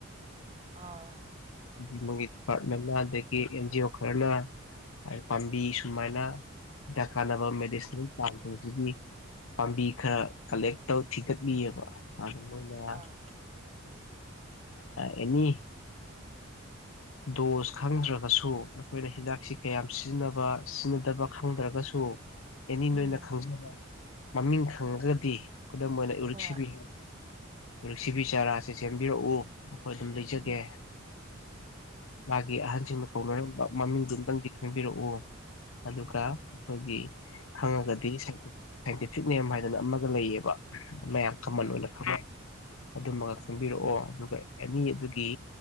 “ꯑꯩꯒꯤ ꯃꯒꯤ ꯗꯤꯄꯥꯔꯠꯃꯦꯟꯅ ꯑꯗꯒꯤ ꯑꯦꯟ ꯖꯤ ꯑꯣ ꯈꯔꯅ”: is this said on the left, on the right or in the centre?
Left